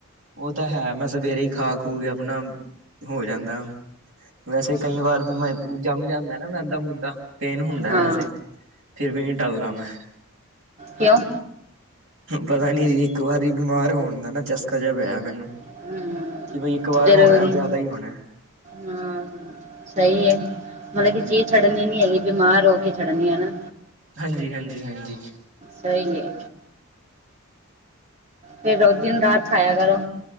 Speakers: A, on the right; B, on the right.
A: ਉਹ ਤਾਂ ਹੈ ਮੈਂ ਸਵੇਰੇ ਹੀ ਖਾ ਖੂ ਕੇ ਆਪਣਾ, ਹੋ ਜਾਂਦਾ। ਵੈਸੇ ਕਈ ਵਾਰ ਮੈਂ ਜੰਮ ਜਾਂਦਾ ਨਾ ਮੈਂਦਾਂ ਮੁੱਦਾ। ਪੇਨ ਹੁੰਦਾ
B: ਹਾਂ
A: ਵੈਸੇ ਫਿਰ ਵੀ ਨ ਟਲਨਾ ਮੈਂ।
B: ਕਯੋੰ?
A: ਪਤਾ ਨੀ ਜੀ ਇੱਕ ਵਾਰੀ ਬਿਮਾਰ ਹੋਨ ਦਾ ਨਾ ਚਸਕਾ ਜਾ ਪੇਯਾ ਮੈਨੂੰ।
B: ਹਮ,
A: ਕਿ ਬਾਈ ਇੱਕ ਵਾਰ
B: ਜ਼ਰੂਰੀ
A: ਹੋਣਾ ਜਾਦਾ ਈ ਹੋਣਾ।
B: ਹਾਂ। ਸਈ ਏ ਮਤਲਬ
A: ਹਾਂਜੀ
B: ਕਿ ਚੀਜ਼ ਛੱਡਨੀ ਨੀ ਹੈਗੀ ਬਿਮਾਰ ਹੋ ਕੇ ਛੱਡਨੀ ਏ ਹੈਨਾ?
A: ਹਾਂਜੀ, ਹਾਂਜੀ, ਹਾਂਜੀ।
B: ਸਈ ਏ। ਫਿਰ ਰੋ ਦਿਨ ਰਾਤ ਖਾਯਾ ਕਰੋ।